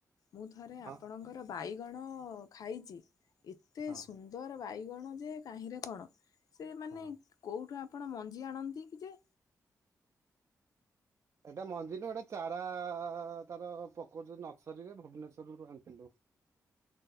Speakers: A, on the left; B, on the right.
A: ମୁଁ ଥରେ
B: ହଁ
A: ଆପଣଙ୍କର
B: ହଁ
A: ବାଇଗଣ ଖାଇଛି ଏତେ
B: ହଁ
A: ସୁନ୍ଦର ସୁନ୍ଦର ବାଇଗଣ ଯେ କାହିଁରେ କଣ ସେ ମାନେ
B: ହଁ।
A: କୋଉଠୁ ଆପଣ ମଞ୍ଜି ଆଣନ୍ତି କି ଯେ?
B: ଏଟା ମଞ୍ଜିି ନୁହେଁ ଏଟା ଚାରା ତାର ପକଉଚୁ ନର୍ସରୀରେ ଭୁବନେଶ୍ୱରରୁ ଆଣିଥିଲୁ।